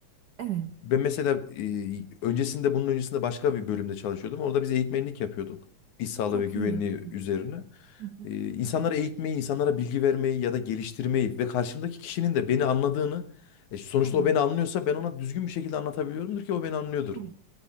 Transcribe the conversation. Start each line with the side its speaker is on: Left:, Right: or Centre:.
Right: Evet,
Left: Ben mesela e, öncesinde bunun öncesinde başka bir bölümde çalışıyordum. Orada biz eğitmenlik yapıyorduk. İş sağlığı
Right: çok
Left: ve güvenliği
Right: iyi. Evet,
Left: üzerine.
Right: Hı
Left: E,
Right: hı.
Left: insanlara eğitmeyi, insanlara bilgi vermeyi ya da geliştirmeyi ve karşımdaki kişinin de beni anladığını, e, sonuçta
Right: Hı hı.
Left: o beni anlıyorsa ben ona düzgün bir şekilde anlatabiliyorumdur ki o beni anlıyordur.
Right: evet.